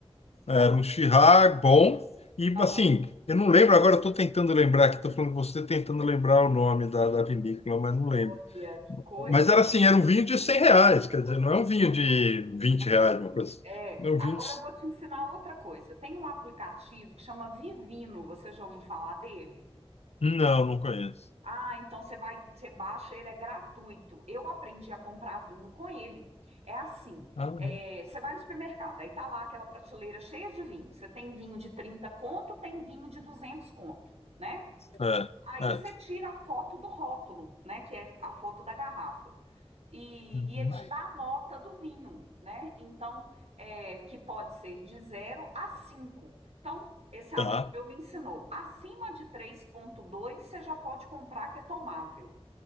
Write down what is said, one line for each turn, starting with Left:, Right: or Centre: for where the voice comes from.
Left: Era um Shiraz bom e
Right: Aham.
Left: assim, eu não lembro agora, estou tentando lembrar aqui, estou falando com você tentando lembrar o nome da, da vinícola, mas não
Right: Olha,
Left: lembro.
Right: que coisa,
Left: Mas
Right: hein?
Left: era assim, era um vinho de 100 reais, quer dizer, não é um vinho de vinte
Right: Aham.
Left: reais, uma coisa. assim.
Right: É.
Left: Não,
Right: Agora
Left: 20.
Right: eu vou te ensinar outra coisa. Tem um aplicativo que chama Vivino. Você já ouviu falar dele?
Left: Não, não conheço.
Right: Ah, então você vai, você baixa, ele é gratuito. Eu aprendi a comprar vinho com ele. É assim,
Left: Ah, não.
Right: é, você vai no supermercado, aí tá lá aquela prateleira cheia de vinho. Você tem vinho de 30 conto, tem vinho de 200 conto, né?
Left: É,
Right: Aí
Left: é.
Right: você tira a foto do rótulo, né, que é a foto da garrafa e,
Left: Uhum.
Right: e ele te dá a nota do vinho, né? Então, é, que pode ser de zero a 5. Então, esse amigo
Left: Tá.
Right: meu me ensinou, acima de três ponto dois, você já pode comprar que é tomável.